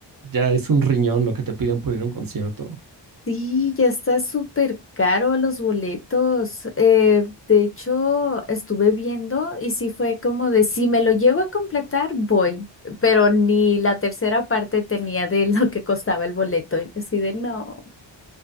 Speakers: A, on the right; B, on the left.
A: Ya es un riñón lo que te piden por ir a un concierto.
B: Sí, ya está súper caro los boletos. Eh, de hecho, estuve viendo y sí fue como de si me lo llego a completar, voy. Pero ni la tercera parte tenía de <laughs> lo que costaba el boleto. Y así de no,